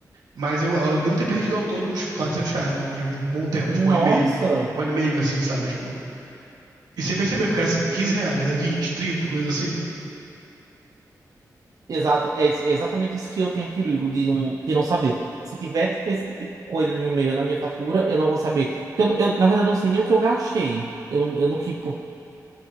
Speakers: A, on the right; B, on the right.
A: Mas eu, eu devo ter perdido ao todo uns 400 reais ao longo de, de um bom tempo,
B: Nossa.
A: tipo, um ano e meio, um ano e meio, assim, sabe? Tipo, e sem perceber, porque assim, 15 reais, é 20, 30, coisa assim.
B: Exato, é ex- é exatamente isso que eu tenho perigo de não, de não saber. Se tiver tipo, esse tipo de coisa no meio, na minha fatura, eu não vou saber. Porque eu, eu, na verdade, não sei nem o que eu gastei. Eu, não- eu não keepo,